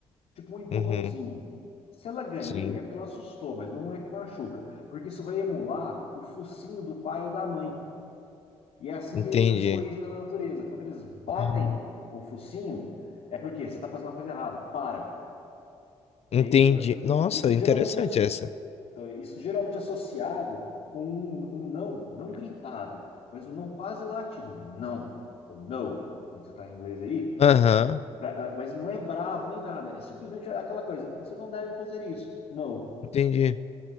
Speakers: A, on the left (about 75°); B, on the left (about 55°).
A: Tipo um empurrãozinho.
B: uhum.
A: Se ela ganhar,
B: Sim,
A: é porque ela assustou, mas não é que machuca. Porque isso vai emular o focinho do pai ou da mãe. E é assim
B: entendi.
A: que eles corrigem na natureza. Quando eles batem
B: Ah,
A: o focinho, é porque você está fazendo uma coisa errada. Para. E
B: entendi.
A: aí eles vão- e-
B: Nossa,
A: e isso
B: interessante
A: geralmente
B: essa.
A: então, isso geralmente associado com um, um não, não gritado, mas um não quase latido, um não, ou no, como você está em inglês aí,
B: Aham,
A: pra- ah, mas não é bravo nem nada, é simplesmente aquela coisa, você não deve fazer isso, não.
B: entendi.